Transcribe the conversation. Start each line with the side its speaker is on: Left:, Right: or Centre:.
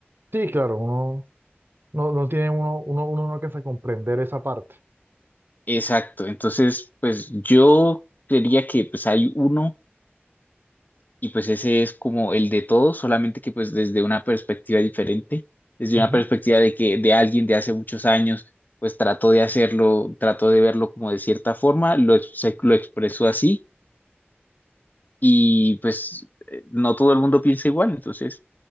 Right: Sí, claro, uno no, no tiene uno, uno, uno no alcanza a comprender esa parte.
Left: Exacto, entonces, pues yo creería que pues hay uno y pues ese es como el de todos, solamente que pues desde una perspectiva diferente, desde
Right: Ujú.
Left: una perspectiva de que de alguien de hace muchos años, pues trató de hacerlo, trató de verlo como de cierta forma, lo, ex- se- lo expresó así y pues eh, no todo el mundo piensa igual, entonces